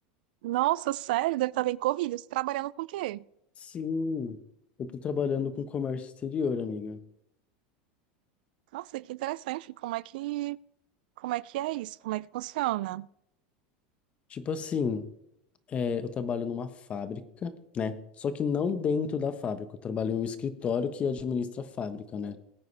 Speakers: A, on the right; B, on the left.
A: Nossa, sério, deve estar bem corrido. Você tá trabalhando com o quê?
B: Sim, eu tô trabalhando com comércio exterior, amiga.
A: Nossa, que interessante. Como é que, como é que é isso? Como é que funciona?
B: Tipo assim, é, eu trabalho numa fábrica, né? Só que não dentro da fábrica, eu trabalho em um escritório que administra a fábrica, né?